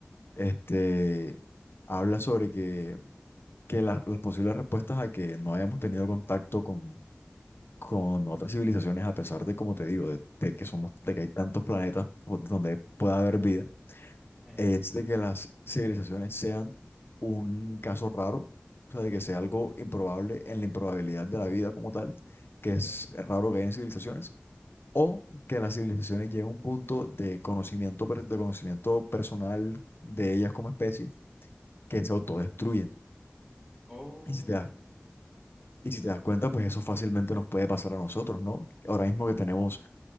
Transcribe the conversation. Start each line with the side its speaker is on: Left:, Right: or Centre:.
Left: este, habla sobre que, que la- las posibles respuestas a que no hayamos tenido contacto con, con otras civilizaciones, a pesar de, como te digo, de, de que somos, de que hay tantos planetas po- donde pueda haber vida,
Centre: eh,
Left: es de que las civilizaciones sean un caso raro, o sea, de que sea algo improbable en la improbabilidad de la vida como tal, que
Centre: sí.
Left: es raro que hayan civilizaciones o que las civilizaciones lleguen a un punto de conocimiento, per- de conocimiento personal de ellas como especie que se autodestruyen.
Centre: Oh,
Left: Y si te das, y si te das cuenta, pues eso fácilmente nos puede pasar a nosotros, ¿no? Ahora mismo que tenemos